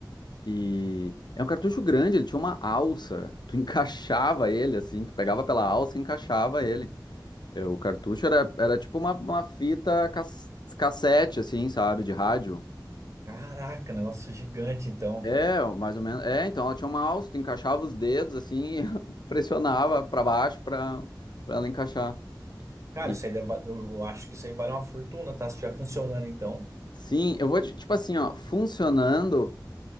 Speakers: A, on the left (about 70°); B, on the right (about 40°).
A: E é um cartucho grande, ele tinha uma alça. Tu <laughs> encaixava ele, assim, tu pegava pela alça e encaixava ele. É, O cartucho era, era tipo uma, uma fita cas- cassete, assim, sabe, de rádio.
B: Caraca, negócio gigante, então.
A: É, mais ou menos. É, então ela tinha uma alça, tu encaixava os dedos assim e <laughs> pressionava pra baixo pra para ela encaixar.
B: Cara,
A: E
B: isso aí deve, va- eu, eu acho que isso aí vale uma fortuna, tá? Se estiver funcionando, então.
A: sim, eu vou te- tipo assim, ó, funcionando,